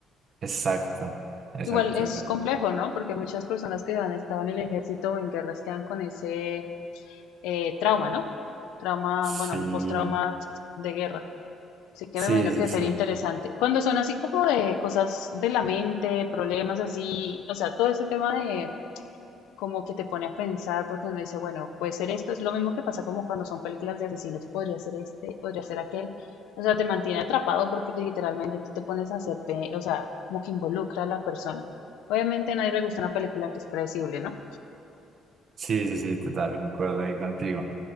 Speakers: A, on the right; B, on the left.
A: Exacto, exacto,
B: Igual es
A: exacto.
B: complejo, ¿no? Porque muchas personas que han estado en el ejército o en guerras quedan con ese eh, trauma, ¿no? Trauma,
A: Sí,
B: bueno, un postrauma de guerra. Así que
A: sí,
B: me imagino que
A: sí,
B: debe
A: sí,
B: ser interesante. Cuando son así como de cosas de la mente, problemas así, o sea, todo ese tema de, como que te pone a pensar porque uno dice, bueno, puede ser esto, es lo mismo que pasa como cuando son películas de asesinos, podría ser este, podría ser aquel, o sea, te mantiene atrapado porque literalmente tú te pones a hacer, pe- o sea, como que involucra a la persona. Obviamente a nadie le gusta una película que es predecible, ¿no?
A: sí, sí, sí, total, concuerdo ahí contigo.